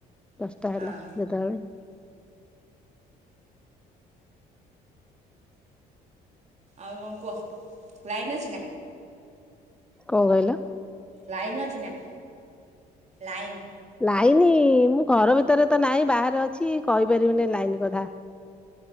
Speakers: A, in the centre; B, on the right.
A: ଦଶଟା
B: ହଁ
A: ହେଲା ଯେତେବେଳେ
B: ଆଉ କଣ କୁହ ଲାଇନ୍ ଅଛି ନା?
A: କଣ କହିଲ?
B: ଲାଇନ୍ ଅଛି ନା ଲାଇନ୍।
A: ଲାଇନ ମୁଁ ଘର ଭିତରେ ତ ନାହିଁ ବାହାରେ ଅଛି। କହିପାରିବିନି ଲାଇନ କଥା।